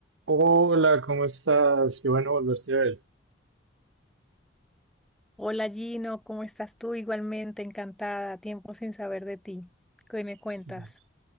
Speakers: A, on the right; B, in the centre.
A: Hola, ¿cómo estás? Qué bueno volverte a ver.
B: Hola Gino, ¿cómo estás tú? Igualmente encantada, tiempo sin saber de ti. ¿Qué me cuentas?
A: Sí.